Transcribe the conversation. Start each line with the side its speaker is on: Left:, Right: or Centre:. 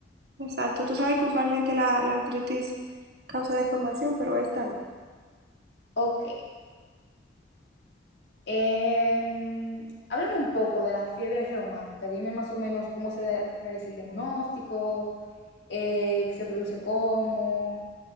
Right: Exacto, tú sabes que usualmente la, la artritis causa deformación, pero esta no.
Left: Ok, em, háblame un poco de la fiebre reumática, dime más o menos cómo se da- realiza el diagnóstico, eh, qué se produce cómo,